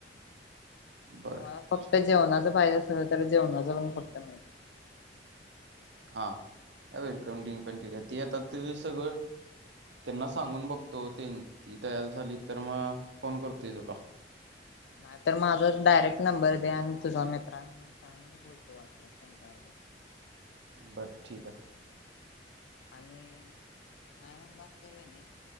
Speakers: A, on the right; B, on the left.
A: बर
B: तुम्हाला फक्त
A: ठी-
B: जेवणाच पाहिजे असलं तर जेवणाच पण फक्त मिळ.
A: हा वेलकम ड्रिंक पण ठीक आहे ते आता ते सगळं. तेन्हा सांगून बघतो ते ती तयार झाली तर मग फोन करतोय तुला.
B: नाही तर माझा डायरेक्ट नंबर दे आणि तुझा मित्र आहे म्हणून सांग मी बोलतो वाटलंस त्यांच्या.
A: बरं ठीक हाय.
B: आणि नाय म्हणलास तर मी.